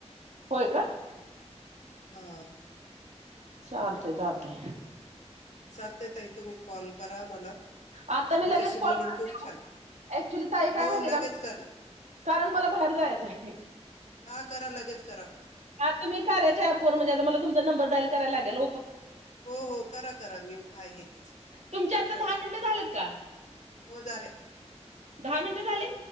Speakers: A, on the right; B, on the left.
A: होय का
B: हा
A: चालते चालते
B: चालतंय ताई तुम्ही कॉल करा मला
A: आता मी
B: तुमच्याशी
A: लगेच
B: बोलून
A: कॉल करते
B: खूप छान
A: ऍक्च्युली ताई
B: हो
A: काय माहिती
B: लगेच
A: का
B: कर
A: कारण मला बाहेर जायचं आहे
B: हा करा लागेच
A: आ तुम्ही करा्याच्या अँप वरून म्हणजे आता मला तुमचा नंबर डाईल कराला लागेल <inaudible>
B: हो हो करा करा मी आहे तेच
A: तुमच्या आता
B: करा
A: दहा मिनिट झाल का
B: हो झाले
A: दहा मिनट झाली